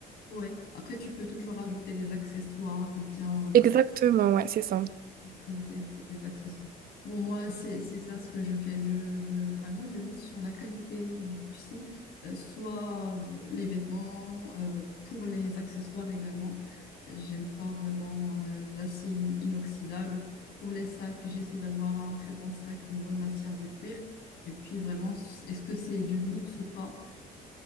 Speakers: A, on the left; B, on the right.
A: Ouais. Après, tu peux toujours ajouter des accessoires ou bien
B: Exactement, ouais, c'est ça.
A: pour ajouter des, des accessoires. Bon, moi, c'est c'est ça ce que je fais. Je, je, vraiment, je mise sur la qualité du tissu, euh, soit euh, les vêtements, euh, pour les accessoires également. J'aime pas vraiment euh, l'acier in- inoxydable. Pour les sacs, j'essaie d'avoir un très bon sac, une bonne matière de cuir. Et puis, vraiment, est-ce que c'est du luxe ou pas? Euh,